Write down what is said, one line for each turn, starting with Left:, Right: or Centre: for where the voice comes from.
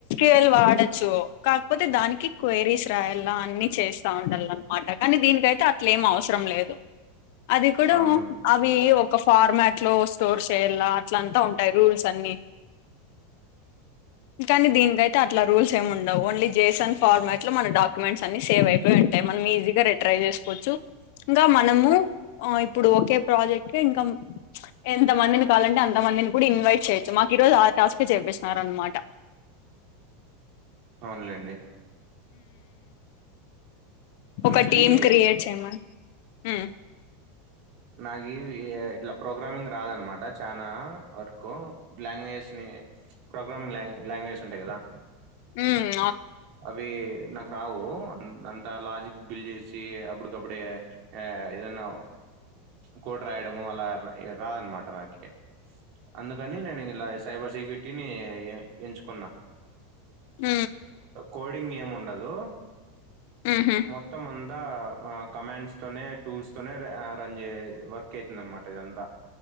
Left: ్యల్ వాడొచ్చు కాకపోతే దానికి క్వైరీస్ రాయాల అన్ని చేస్తా ఉండాల అనమాట కానీ దీనినికిైతే అట్లే ఏం అవసరం లేదు అది కూడా
Right: అవును
Left: అవి ఒక ఫార్మాట్ లో స్టోర్ చేయలా అట్లంతా ఉంటాయి రూల్స్ అన్ని కానీ దీనికయితే అట్లా రూల్స్ సమ్ ఉండవు ఓన్లీ జేసన్ ఫార్మాట్ లో మన డాక్యుమెంట్స్ అన్ని సేవ్ అయిపోయి ఉంటాయి మనం ఈజీగా రిట్రై చేసుకోవచ్చు ఇంకా మనము ఇప్పుడు ఒకే ప్రాజెక్ట్ ఇంకా ఎంత మందిని కావాలంటే అ ఎంత మందిని కూడా ఇన్వైట్ చేయొచ్చు మాకు ఈ రోజు ఆ టాస్క్ చేపిస్తున్నారుా అనమాట
Right: అవునులేండి
Left: ఒక
Right: నాకి
Left: టీమ్ క్రియేట్ చేయమ హ
Right: నాకు ఇట్లా ప్రోగ్రామింగ్ రాదనమాట చనా వ లాంగ్వేజ్ ని ప్రోగ్రామింగ్ లాంగ లాంగ్వేజ్ ఉంటాయి కదా
Left: హ
Right: అవి నాకు రావు అంత లాజిక్ బిల్ చేసి అప్పుటికప్పుడే ఆ ఏదన్న కోడ్ రాయడం అలా రాదు అన మాట నాకి అందుకని నేను ఇలా సైబర్ సెక్యూరిటీని ఎంచుకున్నా
Left: ఉ
Right: కోడింగ్ ఆమ్ ఉండదు
Left: ఉహు
Right: మొత్తం ఆ అ కమాండ్స్ తోనే టూల్స్ తోనే రన్ చే వర్క్ అవుతుంది అనమాట ఇదంతా